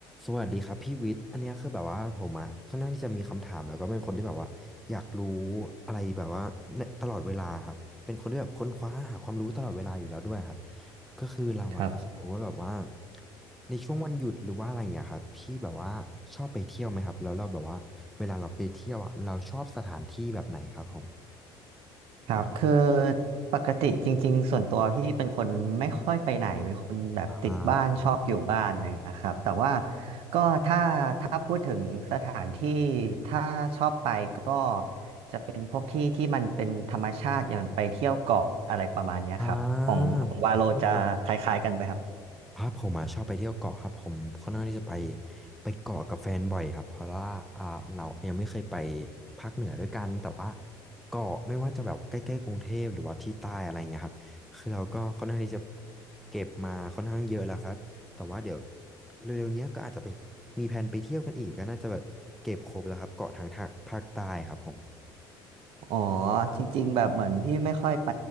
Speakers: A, in the centre; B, on the right (about 70°).
A: สวัสดีครับพี่วิทย์อันเนี้ยคือแบบว่าผมอะค่อนข้างที่จะมีคำถามแล้วก็เป็นคนที่แบบว่าอยากรู้อะไรแบบว่าในตลอดเวลาครับเป็นคนที่แบบค้นคว้าหาความรู้ตลอดเวลาอยู่แล้วด้วยครับก็คือเราอะอยากรู้ว่าแบบว่า
B: ครับ
A: ในช่วงวันหยุดหรือว่าอะไรเงี้ยครับพี่แบบว่าชอบไปเที่ยวไหมครับแล้วเราแบบว่าเวลาเราไปเที่ยวอะเราชอบสถานที่แบบไหนครับผม
B: ครับคือปกติจริงๆส่วนตัวพี่เป็นคนไม่ค่อยไปไหนเป็นคนแบบติดบ้านชอบอยู่บ้านเลยนะครับแต่ว่า
A: อ่า
B: ก็ถ้าถ้าพูดถึงสถานที่ถ้าชอบไปก็จะเป็นพวกที่ที่มันเป็นธรรมชาติอย่างไปเที่ยวเกาะอะไรประมาณเนี้ยครับของของวาโลจะคล้ายๆกันไหมครับ
A: อ่าไปเที่ยวเกาะ อ่าผมอ่ะชอบไปเที่ยวเกาะครับผมค่อนข้างที่จะไปไปเกาะกับแฟนบ่อยครับเพราะว่าอ่าเรายังไม่เคยไปภาคเหนือด้วยกันแต่ว่าเกาะไม่ว่าจะแบบใกล้ๆกรุงเทพหรือว่าที่ใต้อะไรเงี้ยครับคือเราก็ค่อนข้างที่จะเก็บมาค่อนข้างเยอะแล้วครับแต่ว่าเดี๋ยวเร็วๆเนี้ยก็อาจจะไปมีแผนไปเที่ยวกันอีกก็น่าจะแบบเก็บครบแล้วครับเกาะทางทางภาคใต้ครับผม
B: อ๋อจริงๆแบบเหมือนพี่ไม่ค่อยไป